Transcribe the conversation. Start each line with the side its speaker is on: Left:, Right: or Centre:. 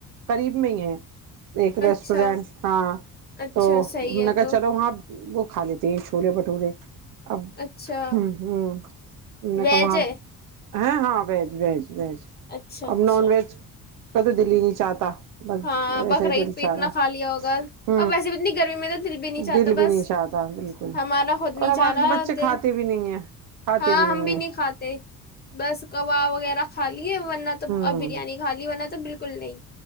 Right: قریب میں ہی ہے ایک ریسٹورینٹ
Left: اچھا
Right: ہاں
Left: اچھا
Right: تو
Left: صحیح ہے
Right: نے کہ
Left: تو
Right: چلو وہاں وہ کھا لیتے ہیں چھولے بھٹورے ا
Left: اچھا
Right: ہوں ہوں
Left: ویج
Right: کہ وہاں
Left: ہے
Right: ہاں ہاں وج وج وج
Left: اچھا اچھا
Right: اب نان ویج کت دلی نہیں چاہتا بس
Left: ہاں
Right: ویسے
Left: بقرعید
Right: ہی دل
Left: پہ
Right: چاہ
Left: اتنا
Right: رہا
Left: کھا لیا ہوگا اور
Right: ہ
Left: ویسے بھی اتنی گرمی میں تو دل بھی نہیں چاہتا
Right: دل
Left: بس
Right: بھی نہیں چاہتا بالکل
Left: ہمارا خود نہیں
Right: اور ہمارے
Left: چاہ رہا
Right: تو بچے
Left: دل
Right: کھاتے بھی نہیں ہیں کھاتے
Left: ہاں
Right: بھی نہیں
Left: ہم
Right: ہے
Left: نہیں کھاتے بس کباب وغیرہ کھا لیے ورنہ تو
Right: ہوں
Left: اور بریانی کھا لی ورنہ تو بالکل نہیں